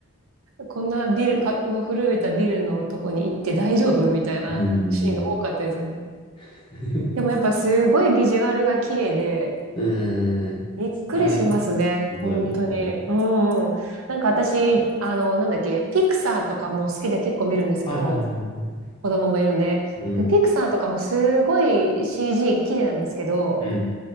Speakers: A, on the right (about 80°); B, on the left (about 20°).
A: こんなビルか、の古びたビルのとこに行って大丈夫みたいなシーンが多かったですよね。
B: うん。<laughs>
A: でもやっぱすごいビジュアルが綺麗で、
B: うん。
A: びっくりしますね。
B: ありますね。水曜日。
A: 本当に。
B: うん。
A: うんうん。なんか私、あの、なんだっけ、ピクサーとかも好きで結構見るんですけど、
B: はいはいはいは
A: 子供もいるんで。
B: い。うん。
A: でピクサーとかもすごい CG 綺麗なんですけど、
B: うん。